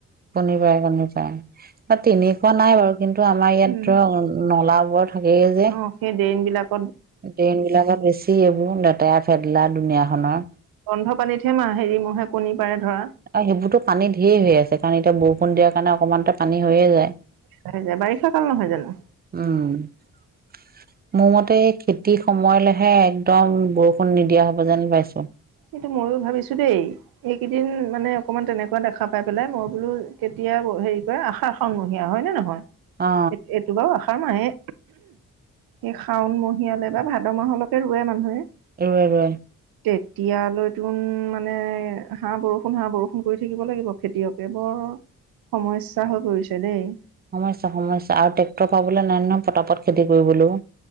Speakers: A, on the right (about 25°); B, on the right (about 75°).
A: কণী পাৰে, কণী পাৰে তাত তেনেকুৱা নাই বাৰু কিন্তু আমাৰ ইয়াততো
B: উম
A: নলাবোৰ থাকেই যে
B: অ সেই ড্ৰেইন বিলাক
A: ড্ৰেইন বিলাকত বেছি এইবোৰ লেতেৰা-ফেদেলা দুুনীয়াখনৰ
B: গোন্ধ পানীতহে মাহ হেৰি মহে কণী পাৰে ধৰা
A: আৰু হেইবোৰতো পানী ধেই হৈ আছে, কাৰণ এতিয়া বৰষুণ দিয়াৰ কাৰণে অকণমানতে পানী হৈয়ে যায়
B: হৈ যায়, বাৰিষা কাল নহয় জানো?
A: উম' মোৰমতে খেতি সময়লেহে একদম বৰষুণ নিদিয়া হ'ব যেন পাইছোঁ।
B: সেইটো মইয়ো ভাবিছোঁ দেই। এইকেইদিন মানে অকমান তেনেকুৱা দেখা পাই পেলাই, মই বোলো কেতিয়া হেৰি কৰে আশাশ শাওন মহিয়া হয় নে নহয়,
A: অ
B: এই-এইটো বাৰু আহাৰ মাহেই এই শাওন মহিয়ালে বা ভাদ মাহলৈকে ৰুৱে মানুহে
A: ৰুয়ে ৰুৱে
B: <unintelligible> তিয়ালৈ তোন মানে হা বৰষুণ, হা বৰষুণ কৰি থাকিব লাগিব খেতিয়কে বৰ সমস্যা হৈ পৰিছে দেই
A: সমস্যা, সমস্যা আৰু ট্ৰেক্টৰ পাবলৈ নাই ন' পটাপট খেতি কৰিবলৈও